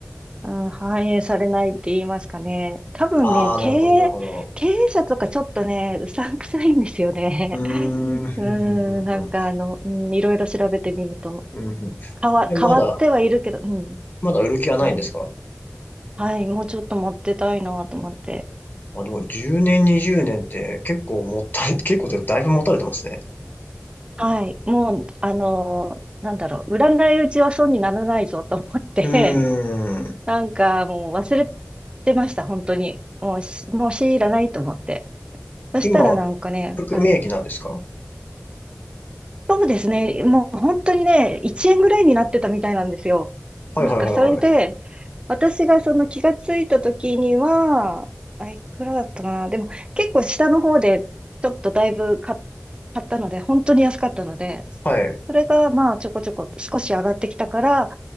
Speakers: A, on the right; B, on the left.
A: うん、反映されないって言いますかね。多分ね、
B: ああ、
A: 経営、
B: なるほど、なるほど。
A: 経営者とかちょっとね、うさんくさいんですよね。
B: うーん、
A: <laughs>
B: ふんふんふんふん。
A: うん、<laughs> なんかあの、うん、いろいろ調べてみると、
B: うんふん
A: 変わ、
B: で、まだ、
A: 変わってはいるけど、うん、
B: まだ売る気はないんですか
A: はい。はい、もうちょっと持ってたいなと思って。
B: あ、でも10年、20年って結構もったれ、<laughs> 結構でだいぶ持たれてますね。
A: はい、もう、あの、なんだろう、売らないうちは損にならないぞと思って、
B: うー
A: うん
B: ん。
A: <laughs> なんかもう忘れてました、本当に。もうし、もう強いらないと思って。そしたらなんかね、
B: 今、含み益なんですかは
A: はい。そうですね。もう本当にね、1円ぐらいになってたみたいなんですよ。
B: いはいはいはい。
A: なんかそれで、私がその気がついた時には、あ、いくらだったかな。でも結構下の方でちょっとだいぶ買っ買ったので、本当に安かったので、
B: はい。
A: それがまあちょこちょこ少し上がってきたから、